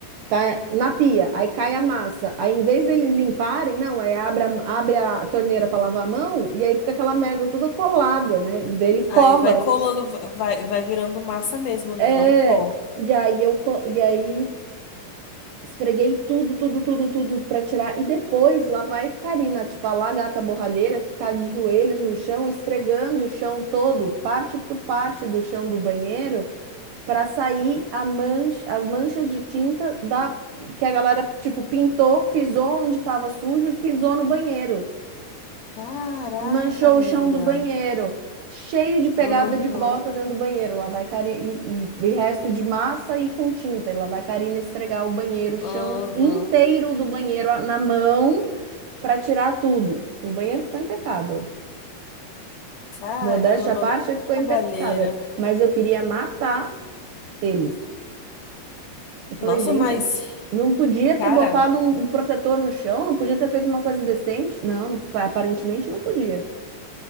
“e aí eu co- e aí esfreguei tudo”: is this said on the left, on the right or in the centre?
Right